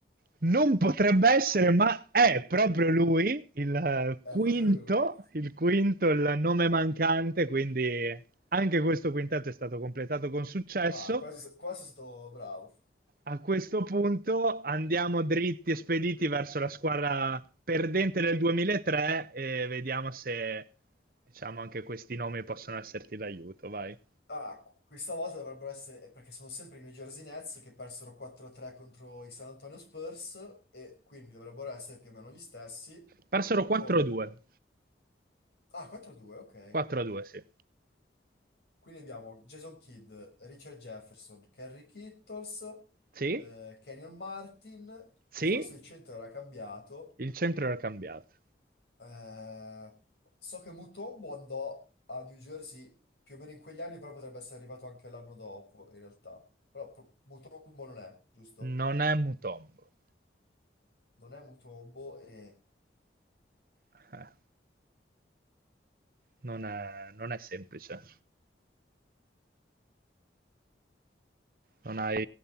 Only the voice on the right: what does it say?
non potrebbe essere, ma è proprio lui, il eh,
quinto,
il quinto, il nome mancante, quindi anche questo quintetto è stato completato con successo.
A questo punto andiamo dritti e spediti verso la squadra perdente del 2003 e vediamo se, diciamo, anche questi nomi possono esserti d'aiuto, vai.
Persero 4-2.
4-2, sì.
Sì,
sì,
Il centro era cambiato.
Non è Mutombo.
Eh, non è, non è semplice. Non hai,